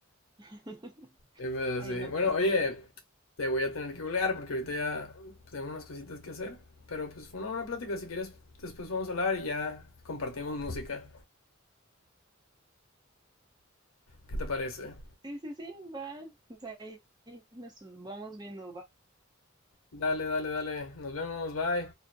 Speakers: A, on the right; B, on the left.
A: <laughs>
B: Eh, pero
A: Ahí
B: sí.
A: no
B: Bueno, oye,
A: pega.
B: te voy a tener que colgar porque ahorita ya tengo unas cositas que hacer. Pero pues fue una buena plática. Si quieres, después vamos a hablar y ya compartimos música. ¿Qué te parece?
A: Sí, sí, sí, va. Pues ahí nos vamos viendo, va.
B: Dale, dale, dale. Nos vemos. Bye.